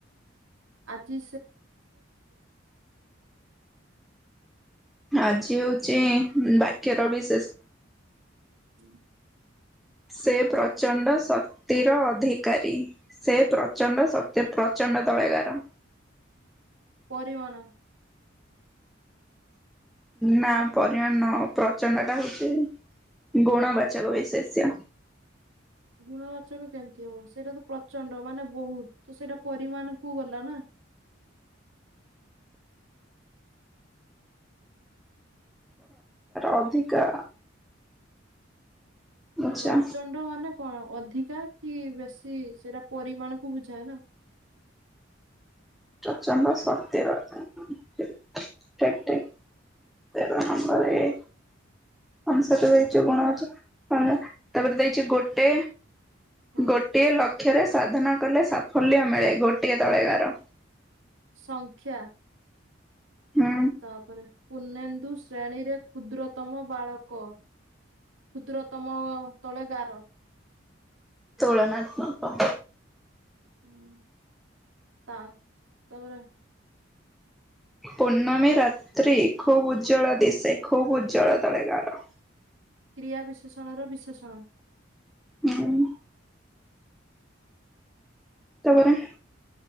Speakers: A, on the right (about 85°); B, in the centre.
A: ଆଜି
B: ଆଜି ହଉଛି ବାକ୍ୟର ବି
A: ଉଁ ହୁଁ।
B: ସେ ପ୍ରଚଣ୍ଡ ଶକ୍ତିର ଅଧିକାରୀ। ସେ ପ୍ରଚଣ୍ଡ ଶକ୍ତି ପ୍ର ଚଣ୍ଡ ତଳେ ଗାର।
A: ପରିିମାଣ। <inaudible>
B: ନା ପରିମାଣ ନ ପ୍ରଚଣ୍ଡ ଟା ହଉଚି ଗୁଣ ବାଚକ ବିସେଷ୍ୟ।
A: ଗୁଣବାଚକ କେମିତି ହବ! ସେଇଟା ତ ପ୍ରଚଣ୍ଡ ମାନେ ବହୁତ ତ ସେଇଟା ପରିମାଣ କୁ ଗଲା ନା।
B: ଅଧିକାର। ଆଚ୍ଛା
A: ପ୍ରଚଣ୍ଡ ମାନେ କଣ ଅଧି କା କି ବେଶୀ ସେଇଟା ପରିମାଣ କୁ ବୁଝାଏ ନା।
B: ପ୍ରଚଣ୍ଡ ସକ୍ତିର ଠିକ୍ ଠିକ୍। ତେର ନମ୍ବର ଏ। ପାଞ୍ଚ ତ ଦେଇଚୁ ଗୁଣ ଅଛି! ହଁ ତାପରେ ଦେଇଛି ଗୋଟେ
A: ହଁ
B: ଗୋଟିଏ ଲକ୍ଷ୍ୟରେ ସାଧନା କଲେ ସାଫଲ୍ୟ ମିଳେ। ଗୋଟିଏ ତଳେଗାର।
A: ସଂଖ୍ୟା
B: ହୁଁ
A: ତାପରେ ପୂର୍ଣ୍ଣେନ୍ଦୁ ଶ୍ରେଣୀରେ କ୍ଷୁଦ୍ରତମ ବାଳକ। କ୍ଷୁଦ୍ର ତମ ତଳେ ଗାର।
B: ତୁଳନାତ୍ମକ।
A: ଉଁ ତା ତାପରେ
B: ପୂର୍ଣ୍ଣମୀ ରାତ୍ରି ଖୁବ ଉଜ୍ଜଳ ଦିଶେ। ଖୁବ ଉଜ୍ଜଳା ତଳେ ଗାର।
A: କ୍ରିୟା ବିଶେଷଣର ବିଶେଷଣ।
B: ହୁଁ। ତାପରେ?